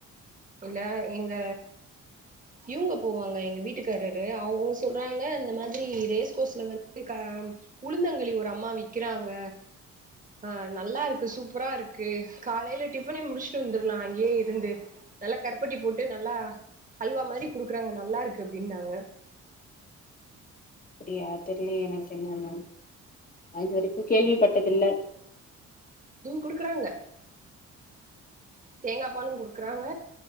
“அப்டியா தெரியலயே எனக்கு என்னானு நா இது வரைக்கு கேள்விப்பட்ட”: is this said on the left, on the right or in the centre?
Left